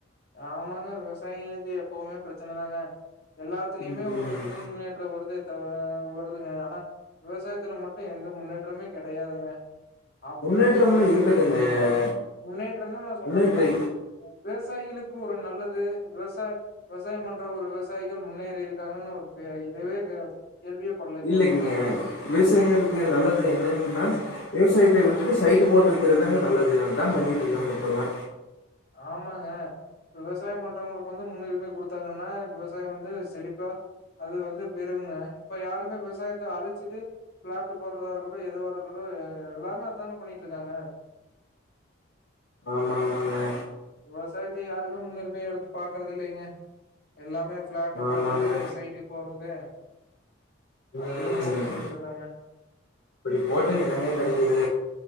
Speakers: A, on the left (about 50°); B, on the left (about 65°).
A: ஆமாங்க விவசாயிங்களுக்கு எப்பவுமே பிரச்சனதாங்க எல்லாத்துலேயுமே
B: ம்,
A: ஒரு தொழில் முன்னேற்றம் வருது வருதுங்க ஆனா விவசாயத்துல மட்டு எந்த முன்னேற்றமுமே கெடையாதுங்க அப்ப
B: முன்னேற்றம்லாம்
A: இருந்து இப்ப வரைக்கு
B: இருக்குதுங்க
A: அ முன்னேற்றம்ன நா சொல்றது
B: ஒன்றும்
A: என்னனா
B: ட்ரை
A: விவசாயிகளுக்கு ஒரு நல்லது விவசாய விவசாயம் பண்ற ஒரு விவசாயிகள் முன்னேறி இருக்காங்கன்னு ஒரு இதவே கேள்வியே படலைங்க
B: இல்லைங்க விவசாயம்க்கு நல்லது என்னன்னா விவசாயத்த விட்டுட்டு சைடு போட்டு விக்கிறதுதாங்க நல்லது அதா பண்ணிட்ருக்காங்க இப்பல்லா
A: ஆமாங்க விவசாய பண்றவங்களுக்கு வந்து முன்னுரிமை கொடுத்தா தான விவசாயொ வந்து செழிக்கு அது வந்து பெருகுங்க இப்ப யாருமே விவசாயத்த அழிச்சிட்டு பிளாட்டு போடுறதா இருக்கட்டு எதுவா இருக்கட்டு எல்லாமே அத தாங்க பண்ணிட் இருக்காங்க
B: ஆமா ஆமா ஆமா
A: விவசாயத்த யாருமே முன்னுரிமைய எடுத்து பாக்குறது இல்லைங்க எல்லாமே பிளாட்டு்
B: ஆமாங்க
A: போடுறது சைட்டு போடுறது அப்டிதா
B: ம்
A: போட்டு போயிட்டு இருக்காங்க
B: இப்படி போட்டு என்னங்க கெடைக்கிது